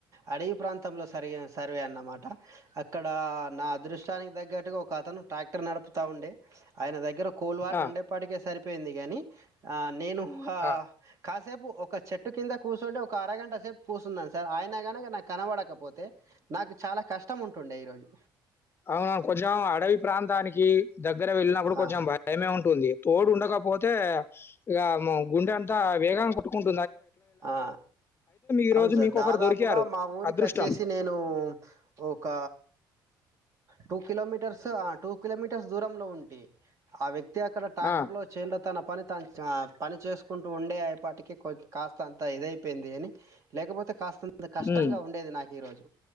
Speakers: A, on the right (about 40°); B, on the left (about 30°).
A: అడవి ప్రాంతంలో సర్వే అన్నమాట అక్కడ నా అదృష్టా తగ్గట్టుగా ఒక అతను ట్రాక్టర్ నడుపుతా ఉండే ఆయన దగ్గర కూల్ వాటర్
B: ఆ!
A: ఉండేప్పటికి సరిపోయింది కాని ఆ నేను హా
B: ఆ!
A: కస్ సేపు ఒక చెట్టు కింద కూర్చోండి ఒక అరగంట సేపు కూర్చున్నాను సార్ అయన కానుక నాకు కనబడకపోతే నాకు చాలా కష్టం ఉంటుండే ఈరోజు
B: అవును కొంచం అడవి ప్రాంతానికి దగ్గర వెళ్ళినప్పుడు కొంచెం
A: ఆ,
B: భయమే ఉ ఉంటుంది తోడు ఉండకపోతే ఇగ గుండె అంతా వేగంగా కొట్టుకుంట
A: హా
B: ఈరోజు
A: అవును సార్
B: మీకొకరు
A: దాదాపుగా
B: దొరికారు.
A: మా ఊరికి
B: అదృష్టం.
A: వచ్చేసి నేను ఒక టూ కిలోమీటర్స్ ఆ టూ కిలోమీటర్స్ దూరంలో ఉంటే ఆ వ్యక్తి ప్రత్యక ట్రాక్టర్
B: ఆ!
A: లో చేన్ తన పని త పని చేసుకుంటూ ఉండే అప్పటికి కొ కాస్త అంత ఇదయిపోయింది అని లేకపోతే కాస్త అంత కష్టంగా
B: హ్మ్.
A: ఉండేది నాకు ఈరోజు